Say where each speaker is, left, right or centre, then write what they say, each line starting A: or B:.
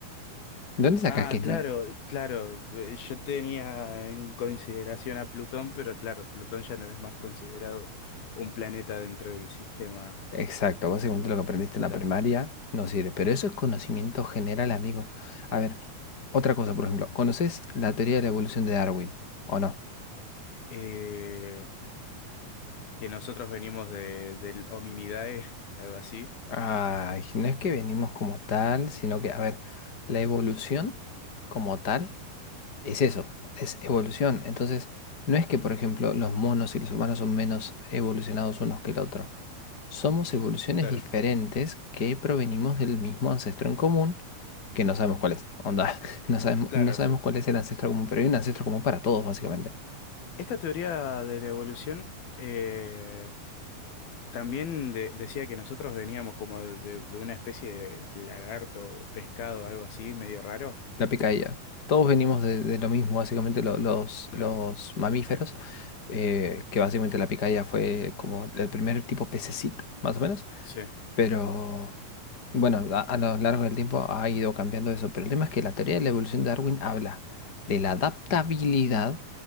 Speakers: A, on the left; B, on the left.
A: ¿De ¿Dónde sacás
B: Ah,
A: que es
B: claro,
A: nueve?
B: claro. eh, Yo tenía en consideración a Plutón, pero claro, Plutón ya no es más considerado un planeta dentro del sistema
A: Exacto, básicamente lo que aprendiste
B: solar.
A: en la primaria no sirve, pero eso es conocimiento general, amigo. A ver, otra cosa, por ejemplo, ¿conoces la teoría de la evolución de Darwin o no?
B: Eh, que nosotros venimos de, del Hominidae, <laughs> algo así.
A: Ay, no es que venimos como tal, sino que, a ver, la evolución como tal es eso, es evolución. Entonces, no es que, por ejemplo, los monos y los humanos son menos evolucionados unos que el otro. Somos evoluciones
B: Claro,
A: diferentes que provenimos del mismo ancestro en común, que no sabemos cuál es. Onda, <laughs> no sabemos,
B: claro,
A: no sabemos
B: sí.
A: cuál es el ancestro común, pero hay un ancestro común para todos, básicamente.
B: Esta teoría de la evolución eh, también de- decía que nosotros veníamos como de, de una especie de lagarto, pescado, algo así, medio raro.
A: La picadilla. Todos venimos de, de lo mismo, básicamente lo- los,
B: Claro,
A: los mamíferos. eh, que básicamente la picaya fue como el primer tipo pececito, más o menos.
B: sí.
A: Pero bueno, a, a lo largo del tiempo ha ido cambiando eso. Pero el tema es que la teoría de la evolución de Darwin habla de la adaptabilidad